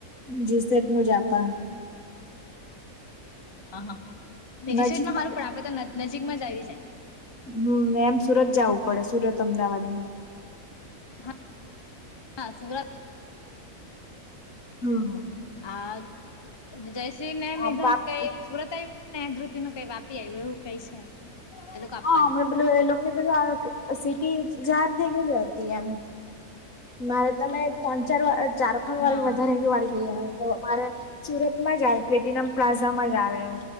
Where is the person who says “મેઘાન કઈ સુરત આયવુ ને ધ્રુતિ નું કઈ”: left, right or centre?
Left